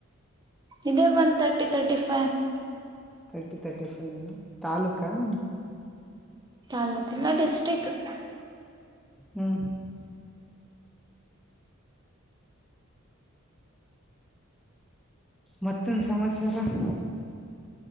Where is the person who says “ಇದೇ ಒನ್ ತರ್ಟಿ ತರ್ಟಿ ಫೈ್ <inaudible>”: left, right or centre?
Right